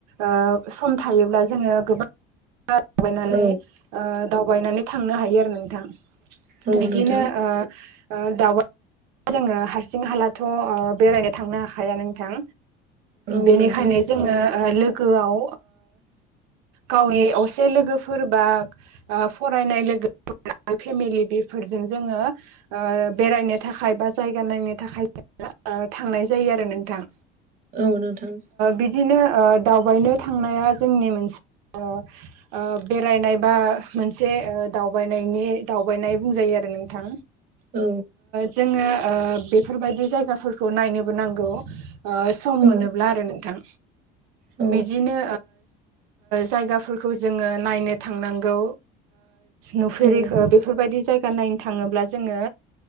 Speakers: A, on the right; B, on the right.
A: ओ सम थायोब्ला जोङो गोबां दावबायनानै
B: औ
A: ओ दावबायनानै थांनो हायो आरो नोंथां
B: औ
A: बिदिनो
B: नोंथां
A: ओ दावबाय जोङो हारसिं हालाथ' ओ बेरायनो थांनो हाखाया नोंथां
B: औ नोंथां
A: बेनिखायनो जोङो लोगोआव गावनि ससे लोगोफोर बा फरायनाय लोगोफोरा फेमिलि बेफोरजों जोङो बेरायनो थाखाय बा जायगा नायनो थाखाय थांनाय जायो आरो नोंथां
B: औ नोंथां
A: बिदिनो दावबायनो थांनाया जोंनि मोनसे बेरायनाय बा मोनसे दावबायनायनि दावबायनाय बुंजायो आरो नोंथां
B: औ
A: जोङो बेफोरबायदि जायगाफोरखौ नायनोबो नांगौ सम
B: औ
A: मोनोब्ला आरो नोंथां
B: औ
A: बिदिनो जायगाफोरखौ जोङो नायनो थांनांगौ नुफेरिखौ
B: औ नोंथां
A: बेफोरबायदि जायगा नायनो थाङोब्ला जोङो